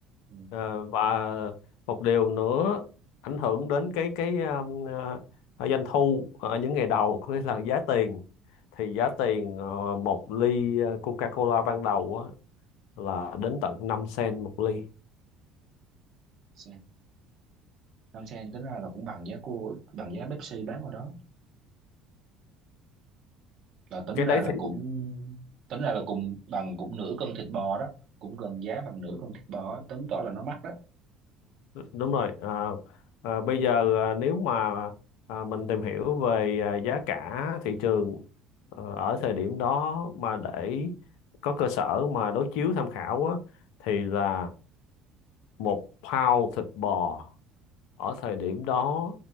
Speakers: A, on the right (about 50°); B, on the left (about 65°).
A: ừ.
B: Ờ, và một điều nữa ảnh hưởng đến cái cái um, ờ, ờ, doanh thu ở những ngày đầu có nghĩa là giá tiền thì giá tiền ờ, một ly ờ, Coca-Cola ban đầu á, là đến tận 5 sen một ly.
A: Sen. Đăng sen tính ra là cũng bằng giá cô bằng giá Pepsi bán ở đó là tính
B: Cái
A: ra
B: đấy
A: là
B: thì
A: cũng tính ra là cùng bằng cũng nửa cân thịt bò đó cũng gần giá bằng nửa cân thịt bò tính tỏ là nó mắc đó
B: đúng rồi à, à, bây giờ à, nếu mà à, mình tìm hiểu về à, giá cả thị trường ờ, ở thời điểm đó mà để có cơ sở mà đối chiếu tham khảo á, thì là một pound thịt bò ở thời điểm đó